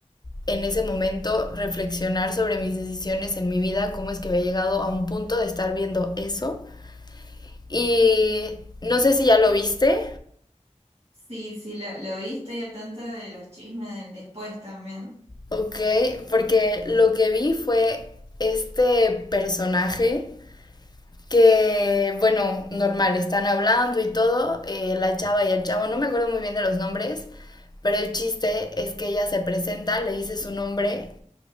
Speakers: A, on the left (about 35°); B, on the right (about 55°).
A: en ese momento, reflexionar sobre mis decisiones en mi vida, cómo es que había llegado a un punto de estar viendo eso. Y no sé si ya lo viste.
B: Sí, sí, lo, lo vi, estoy al tanto de los chismes del después también.
A: Ok, porque lo que vi fue este personaje que, bueno, normal, están hablando y todo, eh, la chava y el chavo, no me acuerdo muy bien de los nombres, pero el chiste es que ella se presenta, le dice su nombre